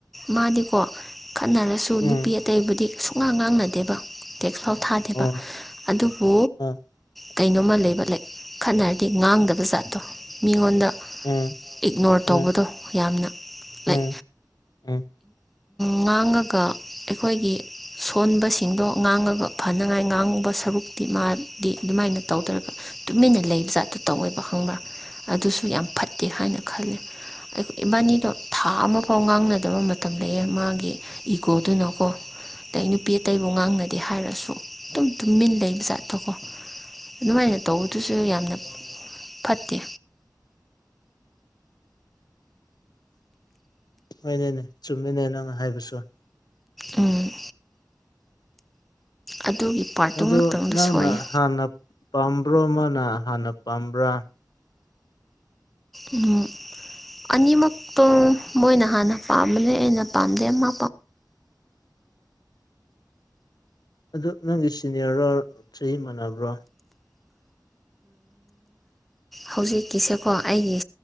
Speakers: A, in the centre; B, on the left.
A: ꯃꯥꯗꯤꯀꯣ ꯈꯠꯅꯔꯁꯨ
B: ꯎꯝ
A: ꯅꯨꯄꯤ ꯑꯇꯩꯕꯨꯗꯤ ꯁꯨꯛꯉꯥꯡ ꯉꯥꯡꯅꯗꯦꯕ ꯇꯦꯛꯁꯐꯥꯎ ꯊꯥꯗꯦꯕ
B: ꯑꯣ
A: ꯑꯗꯨꯕꯨ
B: ꯑ
A: ꯀꯩꯅꯣꯝꯃ ꯂꯩꯕ ꯂꯩ ꯈꯠꯅꯔꯗꯤ ꯉꯥꯡꯗꯕ ꯖꯥꯠꯇꯣ ꯃꯤꯉꯣꯟꯗ
B: ꯎꯝ
A: ꯏꯛꯅꯣꯔ
B: ꯑ
A: ꯇꯧꯕꯗꯣ ꯌꯥꯝꯅ
B: ꯎꯝ
A: ꯂꯩ
B: ꯎꯝ
A: ꯉꯥꯡꯉꯒ ꯑꯩꯈꯣꯏꯒꯤ ꯁꯣꯟꯕꯁꯤꯡꯗꯣ ꯉꯥꯡꯉꯒ ꯐꯅꯉꯥꯏ ꯉꯥꯡꯉꯕ ꯁꯔꯨꯛꯇꯤ ꯃꯥꯗꯤ ꯑꯗꯨꯃꯥꯏꯅ ꯇꯧꯗ꯭ꯔꯒ ꯇꯨꯃꯤꯟꯅ ꯂꯩꯕ ꯖꯥꯠꯇꯣ ꯇꯧꯋꯦꯕ ꯈꯪꯕ꯭ꯔꯥ ꯑꯗꯨꯁꯨ ꯌꯥꯝ ꯐꯠꯇꯦ ꯍꯥꯏꯅ ꯈꯜꯂꯤ ꯏꯕꯥꯅꯤꯗꯣ ꯊꯥ ꯑꯃꯐꯥꯎ ꯉꯥꯡꯅꯗꯕ ꯃꯇꯝ ꯂꯩꯑꯦ ꯃꯥꯒꯤ ꯏꯒꯣꯗꯨꯅꯀꯣ ꯑꯗꯩ ꯅꯨꯄꯤ ꯑꯇꯩꯕꯨ ꯉꯥꯡꯅꯗꯦ ꯍꯥꯏꯔꯁꯨ ꯑꯗꯨꯝ ꯇꯨꯝꯃꯤꯟ ꯂꯩꯕ ꯖꯥꯠꯇꯣ ꯀꯣ ꯑꯗꯨꯃꯥꯏꯅ ꯇꯧꯕꯗꯨꯁꯨ ꯌꯥꯝꯅ ꯐꯠꯇꯦ
B: ꯍꯣꯏꯅꯦ ꯆꯨꯝꯃꯤꯅꯦ ꯅꯪꯅ ꯍꯥꯏꯕꯁꯨ
A: ꯑꯝ ꯑꯗꯨꯒꯤ ꯄꯥꯔꯠꯇꯨ
B: ꯑꯗꯨ
A: ꯉꯥꯛꯇꯪꯗ
B: ꯅꯪꯅ
A: ꯁꯣꯏꯌꯦ
B: ꯍꯥꯟꯅ ꯄꯥꯝꯕ꯭ꯔꯣ ꯃꯅ ꯍꯥꯟꯅ ꯄꯥꯝꯕ꯭ꯔꯥ
A: ꯑꯝ ꯑꯅꯤꯃꯛꯇꯣ ꯃꯣꯏꯅ ꯍꯥꯟꯅ ꯄꯥꯝꯕꯅꯦ ꯑꯩꯅ ꯄꯥꯝꯗꯦ ꯑꯃ
B: ꯑꯗꯨ ꯅꯪꯒꯤ ꯁꯤꯅꯤꯌꯔꯣ ꯆꯍꯤ ꯃꯥꯟꯅꯕ꯭ꯔꯣ
A: ꯍꯧꯖꯤꯛꯀꯤꯁꯦꯀꯣ ꯑꯩꯒꯤ